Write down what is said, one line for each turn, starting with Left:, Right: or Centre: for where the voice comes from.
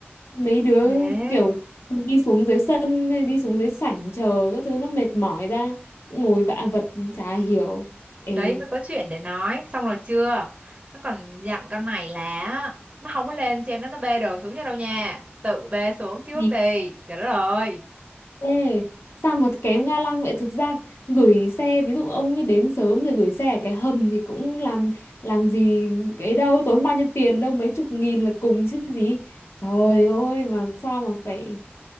Left: mấy đứa
Right: thế
Left: kiểu đi xuống dưới sân hay đi xuống dưới sảnh chờ các thứ nó mệt mỏi ra ngồi vạ vật chả hiểu Ê,
Right: đấy mới có chuyện để nói xong rồi chưa nó còn dặn con này là nó không có lên trên nó nó bê đồ xuống nha đâu nha tự bê xuống trước
Left: Thì-
Right: đi trời đất ơi
Left: Ê, sao mà kém ga lăng vậy? Thực ra gửi xe, ví dụ ông ấy đến sớm rồi gửi xe ở cái hầm thì cũng làm làm gì cái đâu, tốn bao nhiêu tiền đâu, mấy chục nghìn là cùng chứ gì. Trời ơi, mà sao mà phải